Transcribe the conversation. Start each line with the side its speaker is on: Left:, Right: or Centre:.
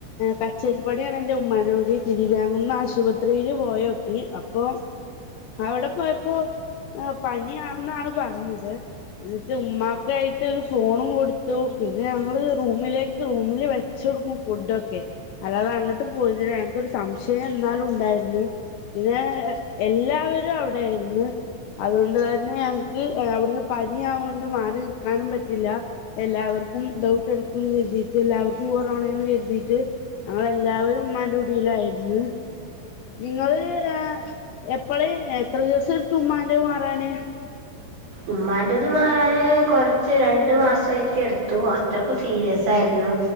Left: കച്ചരിപ്പാടിയാണ് എൻറെ ഉമ്മാനോടി തിരിവയാങ്ങുന്ന ആശുപത്രിയില് പോയോക്കി അപ്പോ അവിടെ പോയപ്പോ പനിയാണെന്നാണ് പറഞ്ഞത് എന്നിട്ട് ഉമ്മാക്കായിട്ട് ഒരു ഫോണും കൊടുത്തു പിന്നെ ഞങ്ങള് റൂമിലേക്ക് റൂമില് വെച്ച് കൊടുക്കും ഫുഡൊക്കെ അല്ലാതെ അങ്ങോട്ട് പോയതിന് ഞങ്ങക്കൊരു സംശയം എന്നാലും ഉണ്ടായിരുന്നു പിന്നെ എല്ലാ വരും അവിടെ ആയിരുന്നു അതുകൊണ്ട് തന്നെ ഞങ്ങക്ക് അവിടുന്ന് പനി ആവോണ്ട് മാറി നിക്കാനും പറ്റില്ല എല്ലാവർക്കും ഡൗട്ട് എടുക്കുന്ന് കരുതിയിട്ട് എല്ലാവർക്കും കൊറോണാന്ന് കരുതിയിട്ട് ഞങ്ങള് എല്ലാവരും ഉമ്മാന്റെ കുടിയിലായിരുന്നു. നിങ്ങള് ആ എപ്പള് എത്ര ദിവസെടുത്തു ഉമ്മാന്റെ മാറാന്?
Right: ഉമ്മാന്റത് മാറാന് കൊറച്ച് രണ്ടു മാസമായിട്ട് എടുത്തു അത്രക്കും സീരിയസ് ആയിരുന്നു